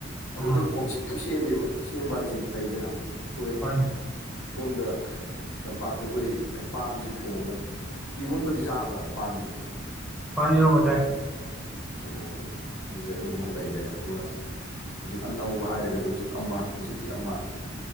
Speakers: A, on the left; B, in the centre.
A: ꯑꯗꯨ
B: ꯎꯝ
A: ꯑꯩꯈꯣꯏꯗꯤ ꯄꯪꯆꯦ ꯁꯦꯝꯃꯦꯕ ꯁꯦꯝꯕ ꯍꯥꯏꯁꯤ ꯂꯩꯗꯅ ꯑꯩꯈꯣꯏ
B: ꯍꯣꯏꯅꯦ
A: ꯁꯣꯝꯗ ꯇꯝꯄꯥꯛꯇ ꯑꯩꯈꯣꯏ ꯄꯥꯟꯁꯤꯦ ꯊꯣꯡꯉꯒ ꯏꯔꯣꯟꯕꯗꯤ ꯆꯥꯕ꯭ꯔꯥ <unintelligible>
B: ꯄꯥꯟ ꯏꯔꯣꯟꯕ ꯃꯆꯥꯥꯏ
A: ꯑꯣ ꯑꯗꯨꯗꯤ ꯑꯗꯨꯃ ꯂꯩꯔꯦ ꯑꯗꯨꯒ ꯍꯧꯖꯤꯛ ꯑꯅꯧꯕ ꯍꯥꯏꯔꯒꯗꯤ ꯍꯧꯖꯤꯛ ꯑꯃ ꯍꯧꯖꯤꯛꯀꯤ ꯑꯃ